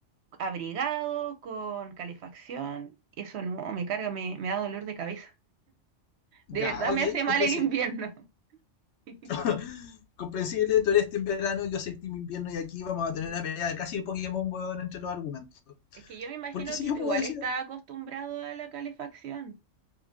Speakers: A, on the right (about 65°); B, on the left (about 65°).
A: abrigado, con calefacción. Y eso no, me carga, me, me da dolor de cabeza.
B: Ya,
A: De verdad
B: ok,
A: me hace
B: comprensible.
A: mal el invierno. <laughs>
B: <laughs> Comprensible, tú eres team verano, yo soy team invierno y aquí vamos
A: Sí.
B: a tener una pelea de casi Pokémon, huevón, entre los argumentos.
A: Es que yo me imagino
B: Porque si
A: que
B: yo
A: tú
B: puedo
A: igual
B: decir
A: estás acostumbrado a la calefacción.